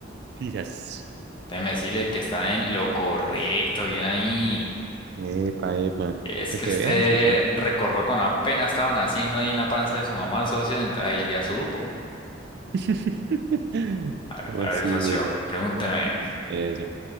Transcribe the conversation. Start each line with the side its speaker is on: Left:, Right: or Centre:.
Right: Quizás.
Left: Déjeme decirle que está en lo correcto, bien ahí.
Right: Epa, epa.
Left: Es
Right: Para
Left: que
Right: que
Left: usted
Right: veas, socio.
Left: recordó cuando apenas estaba naciendo ahí en la panza de su mamá, socio, ent- ahí ya supo.
Right: <laughs>
Left: A ver,
Right: Pues
Left: a ver,
Right: sí,
Left: socio, pregúnteme.
Right: socio.